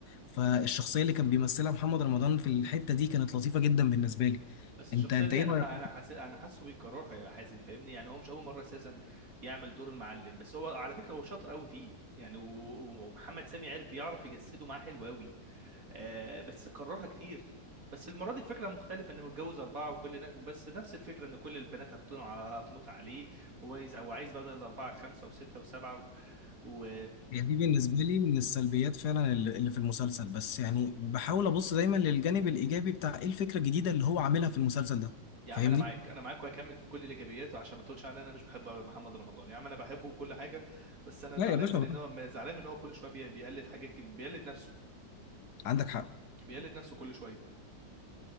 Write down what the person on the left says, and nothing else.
فالشخصية اللي كان بيمثلها محمد رمضان في الحتة دي كانت لطيفة جدا بالنسبة لي
انت انت
ايه
رأيك
هي دي بالنسبة لي من السلبيات فعلا اللي اللي في المسلسل بس يعني بحاول أبص دايما للجانب الإيجابي بتاع إيه الفكرة الجديدة اللي هو عاملها في المسلسل ده
فاهمني؟
لا
يا باشا
طبعاً.
عندك حق